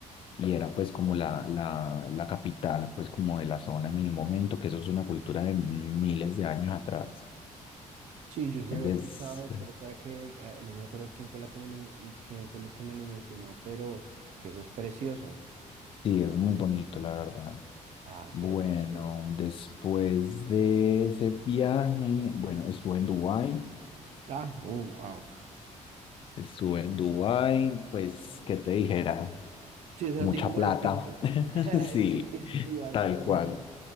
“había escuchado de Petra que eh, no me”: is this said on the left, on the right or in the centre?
Right